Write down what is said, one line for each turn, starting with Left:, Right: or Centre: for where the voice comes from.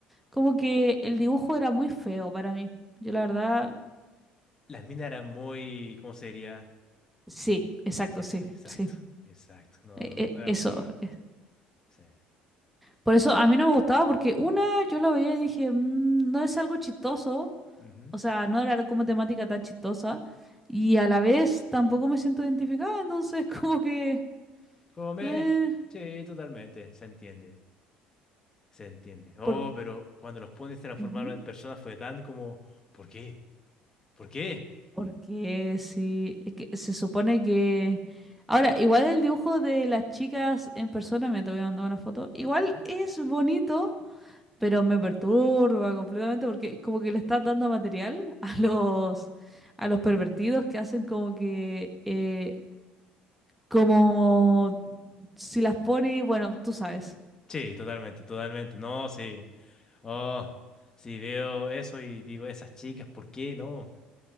Centre: Como que el dibujo era muy feo para mí. Yo la verdad,
Left: Las minas eran muy, ¿cómo se diría?
Centre: sí, exacto,
Left: Sí,
Centre: sí,
Left: exacto,
Centre: sí.
Left: exacto. No, no,
Centre: E- e-
Left: no era muy.
Centre: Eso. eh,
Left: Sí.
Centre: Por eso a mí no me gustaba porque una, yo lo veía y dije, "Mm, no es algo chistoso.
Left: ujú.
Centre: o sea, no era como temática tan chistosa y a la vez tampoco me siento identificada, entonces <laughs> como que...
Left: Come.
Centre: eh,
Left: Sí, totalmente. Se entiende. Se entiende. Oh,
Centre: por,
Left: pero cuando los ponis se transformaron
Centre: ujú,
Left: en personas fue tan como, ¿por qué? ¿Por qué?
Centre: Porque sí, es que se supone que... Ahora, igual el dibujo de las chicas en persona, me te voy a mandar una foto, igual
Left: Ujú.
Centre: es bonito, pero me perturba completamente porque como que le estás dando material <laughs> a los, a los pervertidos que hacen como que... eh, como si las pone, bueno, tú sabes.
Left: Sí, totalmente, totalmente. No, sí. Oh, sí, veo eso y digo, esas chicas, ¿por qué? No,